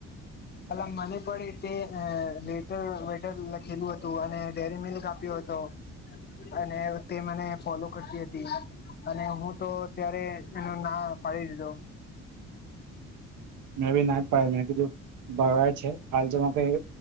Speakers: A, on the left; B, on the right.
A: પેલા મને પણ એ તે એ લેટર-વેટર લખેલું હતું, અને ડેરી મિલક આપ્યું હતું. અને તે મને ફોલો કરતી હતી. અને હું તો ત્યારે એનો ના પાડી દીધો.
B: મે બી ના જ પાડી. મે કીધું ભરવાડ છે, હાલ જો મકે એ